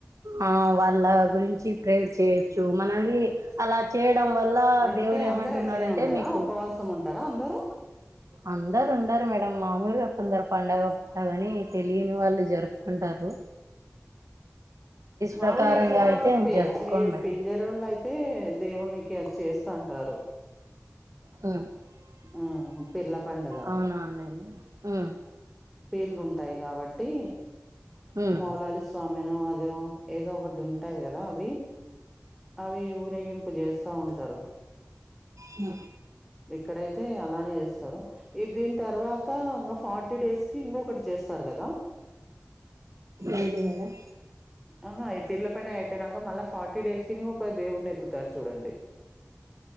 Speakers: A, on the right; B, in the centre.
A: ఆ వాళ్ళ గురించి ప్రేర్ చేయచ్చు మనది అలా చేయడం వల్ల
B: అంటే
A: దేవుడు ఏమంటున్నాడంటే
B: అందరు అట్లనే ఉంటారా
A: మీకు
B: ఉపవాసం ఉంటారా అందరూ
A: అందరు ఉండరు మేడం మామూలుగా కొందరు పండుగ పూట అని తెలియని వాళ్ళు జరుపు కుంటారు
B: మాముూలుగా
A: ప్రకారంగా
B: ఇక్కడ
A: అయితే
B: పె
A: జరుపుకోం
B: మీ
A: మేడం
B: పింజా రోళ్ళు అయితే దేవునికి అది చేస్తంటారు
A: అ
B: ఉమ్ పీర్ల పండగ
A: అవునా అండి ఉమ్
B: పీర్లు ఉంటాయి కాబట్టి
A: ఉమ్
B: మౌలాలి స్వామి అని అదో ఏదో ఒకటి ఉంటాది కదా అవి అవి ఊరేగింపు చేస్తా ఉంటారు
A: అ
B: ఇక్కడైతే అలానే ఏస్తారు ఇ దీని తర్వా త ఇంగా ఫార్టీ డేస్ కి ఇంకొకటి చేస్తారు కదా
A: ఏంది మేడం
B: ఆహా ఈ పీర్ల పండగ అయిపోయినాక మళ్ళా ఫార్టీ డేస్ కి ఇంక ఒక దేవుడిని ఎత్తుతారు చూడండి